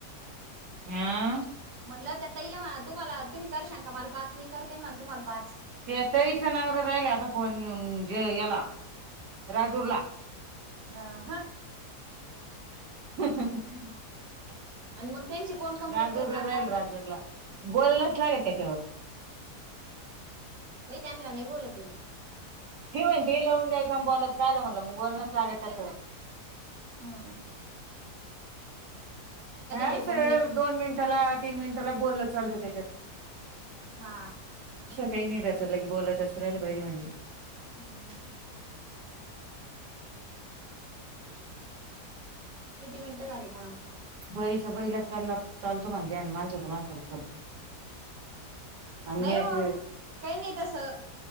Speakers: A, on the right; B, on the right.
A: हा
B: म्हटलं त्या तईला म्हणा तुम्हाला तुम्ही कर सांग का मला पाच मी करतेन म्हणा तुम्हाला पाच
A: हे तईचं नावर राहिले आता फोन घेऊन याला राजूरला
B: हह हा
A: ह
B: आणि मग त्यांची कोण कंप्लीट
A: राजूरला
B: करेन आता
A: जाईल राजूरला बोलणच लागेल त्याच्यावर,
B: त्यांला नाही बोलत दे
A: ही म्हणती लवून द्यायच बोलायचं काय म्हणला मग बोलणच लागत त्याच्या‌
B: हा.
A: हा
B: भाऊ कंप्लेट
A: स दोन मिनिटाला तीन मिनिटाला बोललं चालतं त्याच्यात
B: हा.
A: काही नाही त्याचलं की बोलातचं राहिला पाहिजे म्हणजे‌,
B: हम्म ह्. किती मिनिटं झाली त्याला?
A: बइ चा बईला चालला चालतो म्हणल्या आणि माणसाचा माणसाला चालतो. आणि
B: नाही
A: मी
B: हो
A: एक.
B: काही नाही तसं